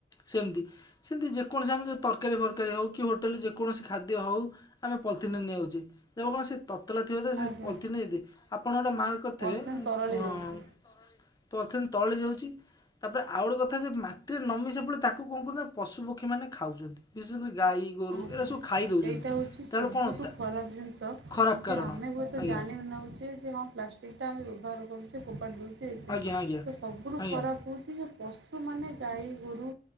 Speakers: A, on the left; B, on the right.
A: ସେମିତି ସେମିତି ଯେକୌଣସି ଆମର ଯୋଉ ତରକାରୀ ଫରକାରୀ ହଉ କି ହୋଟେଲରେ ଯେକୌଣସି ଖାଦ୍ୟ ହଉ ଆମେ ପଲିଥିନରେ ନେଇ ଆଉଛେ ତେବେ କଣ ସେ ତତଲା ଥିବ ତ ସେ
B: ଆଜ୍ଞା ଆଜ୍ଞା
A: ପଲିଥିିନ ଯଦି, ଆପଣ ଗୋଟେ ମାର୍କ କରିଥିବେ
B: ପଲିଥିନ୍
A: ଅଁ-ଅଁ-ଅଁ
B: ତରଳି ଯାଉଛି।
A: ପଲିଥିନ୍ ତରଳି ଯାଉଛି। ତାପରେ ଆଉ ଗୋଟେ କଥା ଯେ ମାଟିରେ ନ ମିଶିବା ଫଳରେ ତାକୁ କଣ କରୁଛନ୍ତି ନା ପଶୁ ପକ୍ଷୀମାନେ ଖାଉଛନ୍ତି। ବିଶେଷତଃ ଗାଈ ଗୋରୁ
B: ଆଜ୍ଞା,
A: ଏରା ସବୁ ଖାଇ ଦେଉଛନ୍ତି
B: ଏଇଟା ହଉଛି
A: ତାହେଲେ
B: ସବୁଠୁ
A: କଣ ତା
B: ଖରାପ ଜିନିଷ।
A: ଖରାପ କାରଣ
B: ଯେ ଆମେ ହୁଏତ
A: ଆଜ୍ଞା।
B: ଜାଣି ନଉଛେ ଯେ ହଁ ପ୍ଲାଷ୍ ପ୍ଲାଷ୍ଟିକଟା ଆମେ ବ୍ୟବହାର କରୁଛେ ଫୋପାଡ଼ି ଦେଉଛେ ଏ ସେ,
A: ଆଜ୍ଞା ଆଜ୍ଞା
B: ସେ ସବୁଠୁ
A: ଆଜ୍ଞା
B: ଖରାପ ହଉଛି ଯେ ପଶୁମାନେ ଗାଈ ଗୋରୁ